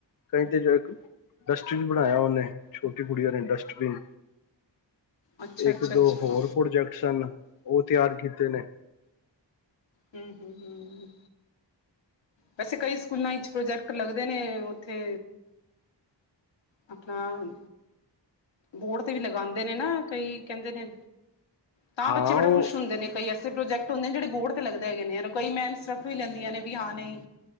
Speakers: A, on the left (about 50°); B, on the left (about 80°).
A: ਕਈ ਤੇ ਜੋ ਇੱਕ, ਡਸਟਬਿਨ ਬਣਾਇਆ ਉਹਨੇ ਛੋਟੀ ਕੁੜੀਆਂ ਨੇ ਡਸਟਬਿਨ।
B: ਅੱਛਾ
A: ਇੱਕ
B: ਅੱਛਾ
A: ਦੋ
B: ਅੱਛਾ
A: ਹੋਰ ਪ੍ਰੋਜੈਕਟਸ ਸਨ ਉਹ ਤਿਆਰ ਕੀਤੇ ਨੇ।
B: ਹੂੰ ਹੂੰ ਹੂੰ ਹੂੰ ਵੈਸੇ ਕਈ ਸਕੂਲਾਂ ਵਿੱਚ ਪ੍ਰੋਜੈਕਟ ਲੱਗਦੇ ਨੇ ਉੱਥੇ ਆਪਣਾ, ਬੋਰਡ ਤੇ ਵੀ ਲਗਾਉਂਦੇ ਨੇ ਨਾ ਕਈ ਕਹਿੰਦੇ ਨੇ ਤਾਂ
A: ਹਾਂ
B: ਬੱਚੇ ਬੜਾ
A: ਉਹ
B: ਖੁਸ਼ ਹੁੰਦੇ ਨੇ ਕਈ ਐਸੇ ਪ੍ਰੋਜੈਕਟ ਹੁੰਦੇ ਨੇ ਜਿਹੜੇ ਬੋਰਡ ਲੱਗਦੇ ਹੈਗੇ ਨੇ ਔਰ ਕਈ ਮੈਂਮਸ ਰੱਖ ਵੀ ਲੈਂਦੀਆਂ ਨੇ ਵੀ ਹਾਂ ਨਹੀਂ।